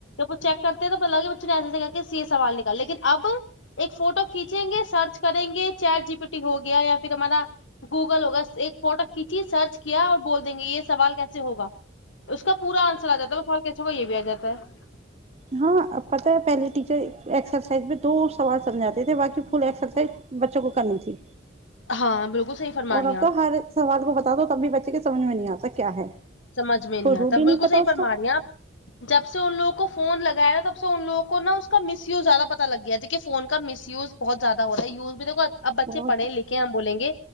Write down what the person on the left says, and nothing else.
چیک کرتے ہیں تو پتا لگا کہ بچے نے ایسے کر کے یے سوال نکال لیکن اب ایک فوٹو کھینچیں گے سرچ کریں گے چیٹ جی پی ٹی ہو گیا یا فیر ہمارا گوگل ہوگا ایک فوٹو کھینچی سرچ کیا اور بول دیں گے یے سوال کیسے ہوگا اس کا پورا آنسر آجاتا ہے وہ سالو کیسے ہوا یہ بھی آ جاتا ہے
ہاں بالکل صحیح فرما
رہی ہیں
آپ
سمجھ میں نہیں
آتا
بالکل
صحیح فرما
رہے ہیں آپ جب سے ان لوگوں کو فون لگایا تھا تب سے ان لوگوں کو نا اس کا مس یوز زیادہ پتا لگ گیا تھا کی فون کا مس یوز بہت زیادہ ہو رہا یوز دیکھو اب بچے
پڑے لے ہم بولیں گے